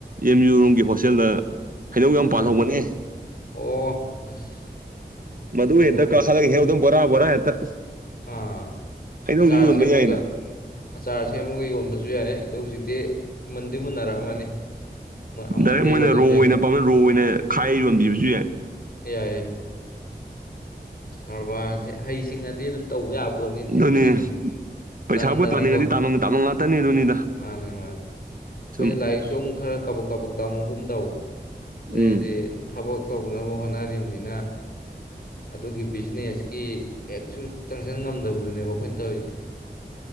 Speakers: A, on the right; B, on the left.
A: ꯑꯦꯝ ꯌꯨ ꯔꯨꯝꯒꯤ ꯍꯣꯁꯇꯦꯜꯗ ꯍꯩꯅꯧ ꯌꯥꯝ ꯄꯥꯜꯍꯧꯕꯅꯦ
B: ꯑ ꯑꯣ ꯑꯁ
A: ꯃꯗꯨꯗꯨ
B: ꯍꯩꯅꯧꯗꯨ
A: ꯌꯦꯛꯇ ꯀꯥꯈꯠꯂ ꯍꯦꯛꯎꯗꯧꯅꯦ ꯕꯣꯔꯥ-ꯕꯣꯔꯥ ꯍꯦꯛꯇ
B: ꯑꯥ
A: ꯍꯩꯅꯧꯁꯨ
B: ꯑꯆꯥꯔ
A: ꯌꯣꯟꯕ
B: ꯁꯦꯝꯃꯒ
A: ꯌꯥꯏꯅ
B: ꯑꯆꯥꯔ ꯁꯦꯝꯃꯒ ꯌꯣꯟꯕꯁꯨ ꯌꯥꯏ ꯑꯗꯨ ꯍꯧꯖꯤꯛꯇꯤ ꯃꯨꯟꯗꯤ ꯃꯨꯟꯅꯔꯛꯑꯃꯅꯤ ꯃꯨꯟ- ꯑꯃꯨꯟꯕ
A: ꯗꯥꯏꯔꯦꯛ ꯃꯣꯏꯅ
B: ꯌꯣꯜꯂꯁꯨ
A: ꯔꯣ
B: ꯌꯥꯏ
A: ꯑꯣꯏꯅ ꯄꯥꯝꯅ ꯔꯣ ꯑꯣꯏꯅ ꯈꯥꯏꯔ ꯌꯣꯟꯕꯤꯕꯁꯨ ꯌꯥꯏ
B: ꯌꯥꯏꯌꯦ ꯀꯔꯕꯥꯔꯖꯦ ꯍꯩꯁꯤꯡꯉꯗꯤ ꯑꯗꯨꯝ ꯇꯧꯕ ꯌꯥꯕ ꯄꯣꯠꯅꯤꯅꯦ
A: ꯑꯗꯨꯅꯤ
B: ꯑꯩꯈꯣꯏꯅ ꯁꯨꯝ
A: ꯄꯩꯁꯥꯕꯨ
B: ꯇꯟꯗꯅꯀꯣ
A: ꯇꯥꯅꯤꯡꯉꯗꯤ ꯇꯥꯟꯚꯝꯒꯤ ꯇꯥꯟꯚꯝ ꯉꯥꯛꯇꯅꯤ ꯑꯗꯨꯅꯤꯗ
B: ꯃꯥꯅꯦ ꯃꯥꯅꯦ ꯑꯩꯈꯣꯏꯅ
A: ꯁꯨꯝ
B: ꯂꯥꯏꯔꯤꯛꯁꯨ ꯑꯃꯨꯛ ꯈꯔ ꯀꯥꯕꯛ ꯀꯥꯕꯛ ꯇꯝꯃꯨꯒꯨꯝ ꯇꯧ ꯑꯗꯩꯗꯤ
A: ꯎꯝ
B: ꯊꯕꯛ ꯇꯧꯅꯕ ꯍꯣꯠꯅꯔꯤꯝꯅꯤꯅ ꯑꯗꯨꯒꯤ ꯕꯤꯖꯤꯅꯦꯁꯀꯤ ꯍꯦꯛꯁꯨ ꯆꯪꯖꯟ ꯉꯝꯗꯕꯗꯨꯅꯦꯕ ꯑꯩꯈꯣꯏꯅ ꯇꯧꯔꯤꯁꯦ <inaudible>